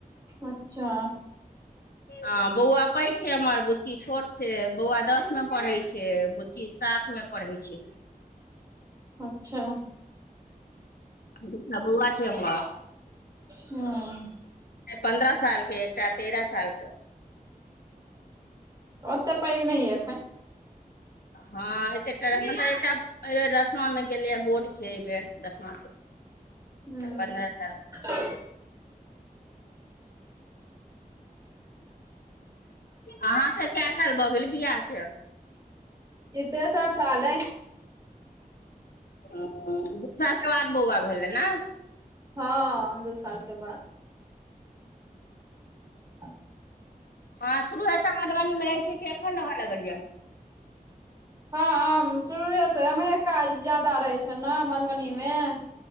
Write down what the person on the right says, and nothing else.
अच्छा।
अच्छा।
हँ
ओत्ते पैघ नै ऐ अखैन।
हूँ।
इ तेसर साल ऐ।
हँ, दू साल के बाद। <unintelligible>
हँ अम शुरुए से, एम्हरे काज ज्यादा रहै छैन न मधुबनी में।